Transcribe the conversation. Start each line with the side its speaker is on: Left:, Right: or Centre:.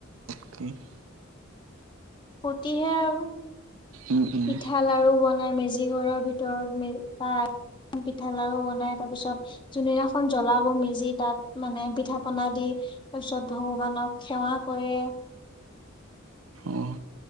Right: উম' <unintelligible>
Left: ফূৰ্টিহে আৰু।
Right: উম উম
Left: পিঠা, লাড়ু বনাই মেজি ঘৰৰ ভিতৰত। মে বা পিঠা, লাড়ু বনাই। তাৰ পিছত যোনদিনাখন জ্বলাব মেজি তাত মানে পিঠা-পনা দি তাৰপিছত ভগৱানক সেৱা কৰে।
Right: অঁ